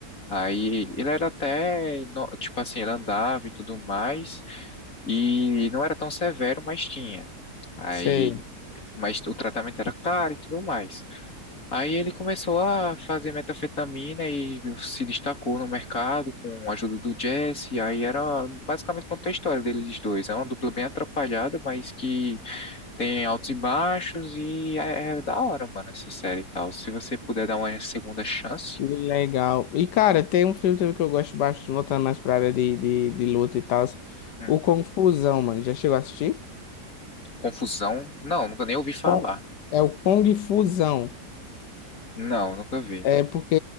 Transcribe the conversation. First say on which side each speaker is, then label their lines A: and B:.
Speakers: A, on the left; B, on the left.
A: Aí ele era até, no- tipo assim, ele andava e tudo mais, e não era tão severo, mas tinha. Aí,
B: Sei.
A: mas o tratamento era caro e tudo mais. Aí ele começou a fazer metanfetamina e se destacou no mercado com a ajuda do Jesse. Aí era basicamente conta a história deles dois. É uma dupla bem atrapalhada, mas que tem altos e baixos e é, é da hora, mano, essa série e tal. Se você puder dar uma segunda chance,
B: Legal. E, cara, tem um filme também que eu gosto bastante, voltando mais pra área de, de, de luta e tal.
A: hum,
B: O confusão mano. Já chegou a assistir?
A: Confusão, não, nunca nem ouvi falar.
B: Con- É o Kung Fusão.
A: Não, nunca vi.
B: É porque